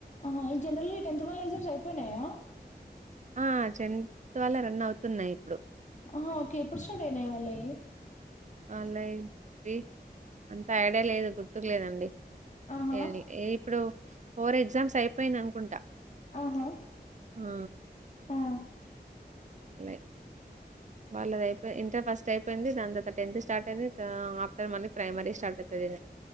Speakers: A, on the left; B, on the right.
A: ఆ ఈ జనరల్ గా టెన్త్ వాళ్ళ ఎగ్జామ్స్ అయిపోయినయా
B: ఆ చెంత్ వల రన్ అవుతున్నాయ్ ఇప్పుడు
A: ఆహా ఓకే ఇప్పుడ్ స్టార్ట్ అయినయా వాళ్ళయీ
B: వాళ్ళయా అంత ఐడియా లేదు గుర్తుక్లేదండి
A: ఆహా
B: ఎ ఇప్పుడూ ఫోర్ ఎగ్జామ్స్ అయిపోయ్ అనుకుంటా
A: ఆహా
B: ఆ
A: ఆ
B: మీ వాళ్ళుద్ అయిపోయి ఇంటర్ ఫస్ట్ అయిపోయింది దాని తర్వాత టెన్త్ స్టార్ట్ అయింది ఆఫ్టర్ మల్లీ ప్రైమరీ స్టార్ట్ ఐతది